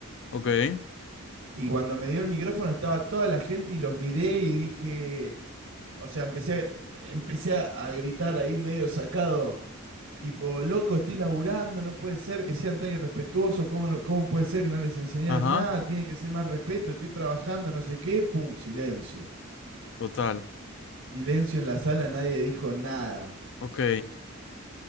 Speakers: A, on the left; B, on the right.
A: Ok.
B: Y cuando me dio el micrófono estaba toda la gente y los miré y dije, O sea, empecé, a- empecé a- a gritar ahí medio sacado. Tipo, loco, estoy laburando, no puede ser que sean tan irrespetuosos, ¿cómo, no- cómo puede ser que no les enseñaron
A: Ajá.
B: nada? Tiene que ser más respeto, estoy trabajando, no sé qué, pum, silencio.
A: Total.
B: Silencio en la sala, nadie dijo nada.
A: Ok.